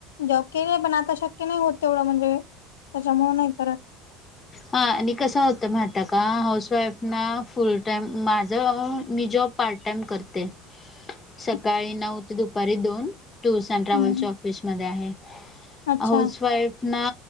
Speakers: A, on the left; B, on the left.
A: जॉब केलाय पण आता शक्य नाही होत तेवढं म्हणजे त्यांच्यामुळे नाही करत.
B: हा आणि कसं होतं म्हहितय का हाऊसवाईफ ना फुल टाइम माझ मी जॉब पार्ट टाइम करते.
A: <inaudible>
B: सकाळी नऊ ते दुपारी दोन टूर्स अँड ट्रॅव्हल्च्या
A: हम्म
B: ऑफिसमध्ये आहे.
A: अच्छा
B: हाऊस वाईफ ना